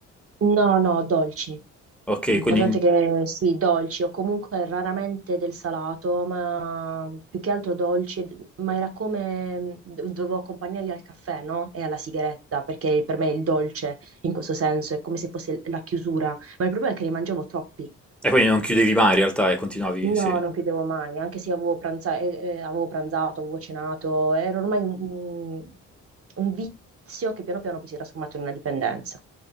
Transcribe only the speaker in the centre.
Ok,
quindi,
e quindi non chiudevi mai in realtà e continuavi,
sì.